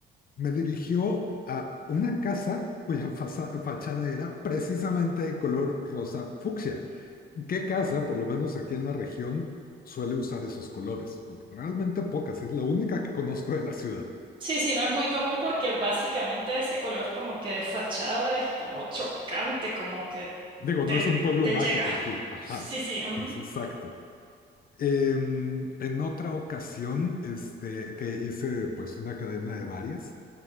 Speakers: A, on the left; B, on the right.
A: Me dirigió a una casa cuya faza- fachada era precisamente de color rosa fucsia. ¿Qué casa, por lo menos aquí en la región, suele usar esos colores? Realmente pocas, y es la única que conozco de la ciudad.
B: Sí, sí, no es muy común porque básicamente ese color como que de fachada es como chocante, como que
A: Digo,
B: te,
A: no es un pueblo
B: te
A: mágico
B: llega.
A: aquí. Ajá,
B: Sí, sí,
A: <laughs>
B: ujú.
A: exacto. Em, en otra ocasión, este, que hice pues una cadena de varias,